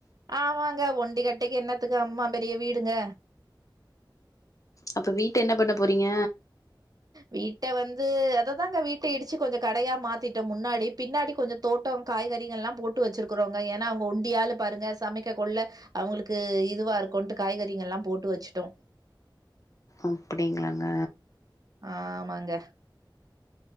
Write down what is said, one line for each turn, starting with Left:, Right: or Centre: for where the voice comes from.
Right: ஆமாங்க ஒண்டி கட்டைக்கு என்னாத்துக்கு அம்மா பெரிய வீடுங்க
Left: அப்ப வீட்ட என்ன பண்ண போறீங்க
Right: வீட்ட வந்து அததாங்க வீட்ட இடிச்சு கொஞ்சோ கடயா மாத்திட்டோ முன்னாடி பின்னாடி கொஞ்சோ தோட்டோ காய்கறிகள்லா போட்டு வச்சுருக்குறோங்க ஏனா அவுங்க ஒண்டியாளு பாருங்க சமைக்க கொள்ள அவுங்களுக்கு இதுவா இருக்குன்ட்டு காய்கறிகள்ல்லா போட்டு வச்சுட்டோ
Left: அப்படிங்களாங்க
Right: ஆமாங்க